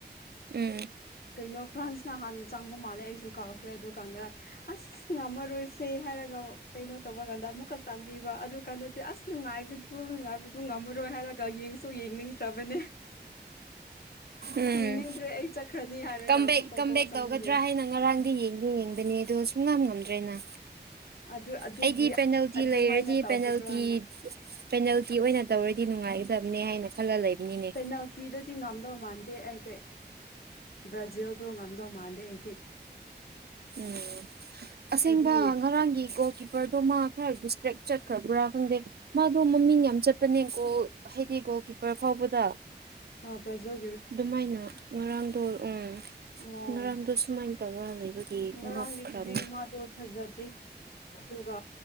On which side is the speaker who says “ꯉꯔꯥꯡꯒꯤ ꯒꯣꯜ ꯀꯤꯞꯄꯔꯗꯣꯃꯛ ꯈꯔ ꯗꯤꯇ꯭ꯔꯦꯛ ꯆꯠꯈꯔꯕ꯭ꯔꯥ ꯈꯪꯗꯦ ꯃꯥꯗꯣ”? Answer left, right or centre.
Right